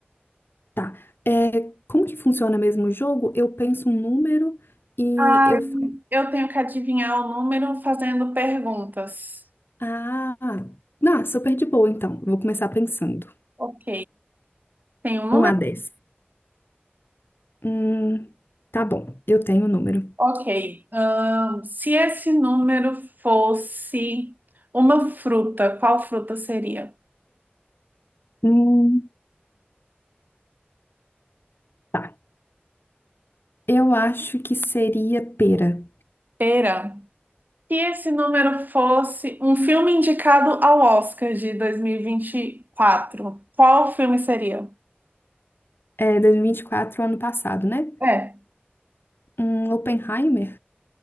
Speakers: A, on the left; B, on the right.
A: Tá. É, como que funciona mesmo o jogo? Eu penso um número e
B: Ai,
A: eu faço.
B: eu tenho que adivinhar o número fazendo perguntas.
A: Ah, não, super de boa, então. Vou começar pensando.
B: Ok. Tem um número?
A: um a dez, Hum, tá bom, eu tenho o número.
B: Ok. Ahn, se esse número fosse uma fruta, qual fruta seria?
A: Hum, tá. Eu acho que seria pera.
B: Pera. Se esse número fosse um filme indicado ao Oscar de 2024, qual filme seria?
A: É dois mil e e vinte e quatro, ano passado, né?
B: É.
A: Um Oppenheimer?